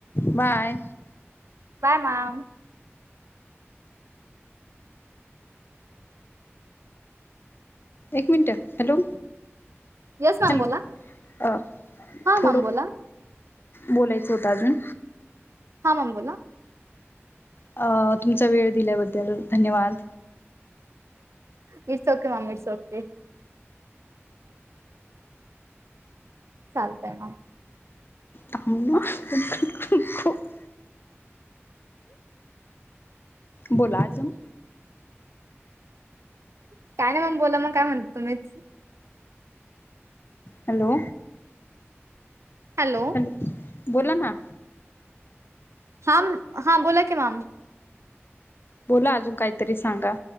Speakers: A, on the left (about 50°); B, on the right (about 75°).
A: Bye
B: bye ma'am.
A: एक मिनट हॅलो.
B: येस मॅम
A: हॅलो
B: बोला
A: अ
B: हा
A: थोडं
B: मॅम बोला
A: बोलायचं होतं अजून.
B: हा मम बोला.
A: अ तुमचा वेळ दिल्याबद्दल धन्यवाद.
B: मिडसोके माम मिडसोकते. चालतय म
A: थांब ना. <unintelligible> बोला आजून.
B: काय नाही मग, बोला मग, काय म्हणता तुम्हीच?
A: हॅलो!
B: हॅलो!
A: हॅलो बोला ना.
B: हांम हां बोला की मॅम.
A: बोला अजून काहीतरी सांगा.